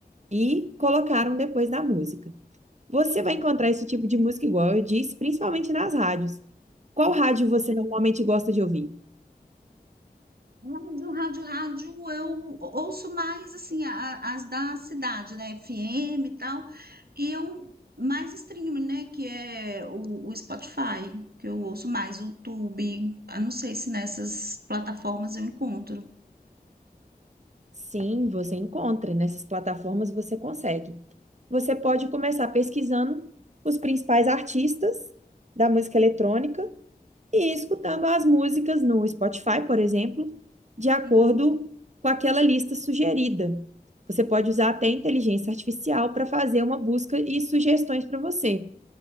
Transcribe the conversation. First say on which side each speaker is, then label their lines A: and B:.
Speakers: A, on the right; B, on the right.
A: e colocaram depois da música. Você vai encontrar esse tipo de música, igual eu disse, principalmente nas rádios. Qual rádio você normalmente gosta de ouvir?
B: Rádio, rádio, rádio, eu ou- ouço mais assim a- a- as da cidade, né? FM e tal, e eu mais streaming, né? Que é o, o Spotify, que eu ouço mais, o YouTube. Eu não sei se nessas plataformas eu encontro.
A: Sim, você encontra, nessas plataformas você consegue. Você pode começar pesquisando os principais artistas da música eletrônica e escutando as músicas no Spotify, por exemplo, de acordo
B: Uhum.
A: com aquela lista sugerida. Você pode usar até inteligência artificial para fazer uma busca e sugestões para você.